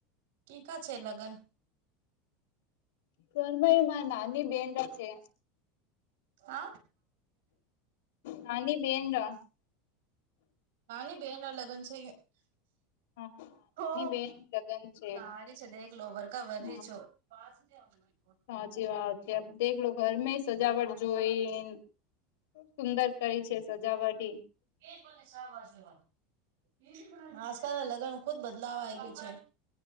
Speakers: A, on the right (about 85°); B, on the left (about 80°).
A: કી કા છે લગન.
B: ઘરમાં એમા નાની બેન છે
A: અ
B: નાની બેન રા
A: નાની બહેનના લગન છે
B: હા નાની
A: હો
B: બેન લગન છે
A: તારી છે દેખ લો.
B: હા
A: <unintelligible>
B: સાચી વાત છે દેખલો ઘરમે સજાવટ જોઈન સુંદર કરી છે સજાવટી.
A: <unintelligible> હાસકા લગ્ન ખુદ બધ લાવ આઈ ગઈ છે.